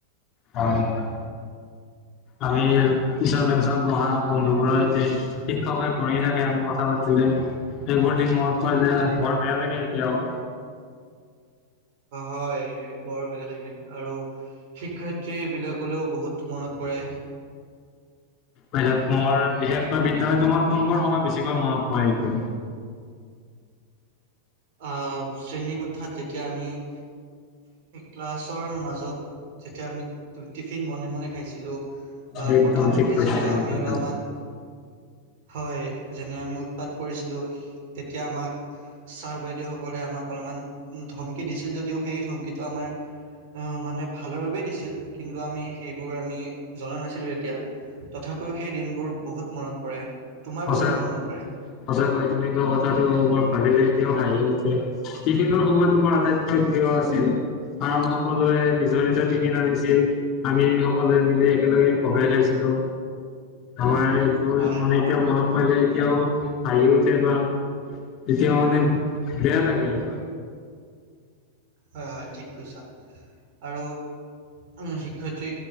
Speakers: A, on the left; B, on the right.
A: হয় হয়, আমি পিছৰ বেঞ্চত বহা বন্ধু বোৰৰ সৈতে- শিক্ষকে ঘূৰি থাকে আমি কথা পাতিলে। সেইবোৰ দিন মনত কৰিলে বৰ বেয়া লাগে এতিয়াও।
B: হয়, বৰ বেয়া লাগে আৰু শিক্ষয়িত্ৰী বিলাকলেও বহুত মনত- পৰে।
A: তোৰ বিশেষকৈ বিদ্যালয় তোমাৰ কোনবোৰ সময় বেছিকৈ মনত পৰে এতিয়া?
B: অঁ' শ্ৰেণীকোঠাত যেতিয়া আমি- ক্লাছৰ মাজত যেতিয়া আমি টিফিন মনে মনে খাইছিলোঁ- বা
A: একদম
B: কথা পাতিছিলোঁ
A: ঠিক কৈছা তুমি
B: আমি
A: এইটো কথা
B: অলমান- হয়, যেনে আমি উৎপাত কৰিছিলোঁ তেতিয়া আমাক- ছাৰ বাইদেউসকলে আমাক অলমান ধমকি দিছিল যদিও সেই ধমকিটো আমাৰ- অঁ' মানে ভালৰ বাবেই দিছিল, কিন্তু আমি সেইবোৰ আমি জনা নাছিলোঁ তেতিয়া। তথাপিও সেই দিনবোৰ বহুত মনত পৰে, তোমাৰ
A: সঁচা
B: কোনবোৰ মনত পৰে?
A: সঁচাকৈ তুমি কোৱা কথাটো মই ভাবিলে এতিয়াও হাঁহি উঠে। টিফিনৰ সময়টো মোৰ আটাইতকৈ প্ৰিয় আছিল। কাৰণ, সকলোৱে নিজৰ নিজৰ টিফিন আনিছিল। আমি সকলোৱে মিলি একেলগে ভগাই খাইছিলো, আমাৰ এইটো
B: হয়
A: মানে- এতিয়াও মনত পৰিলে এতিয়াও ভাঁহি উঠে বা- এতিয়াও মানে বেয়া লাগে আও।
B: হয় হয়, ঠিক কৈছা। আৰু- উম' শিক্ষয়িত্ৰী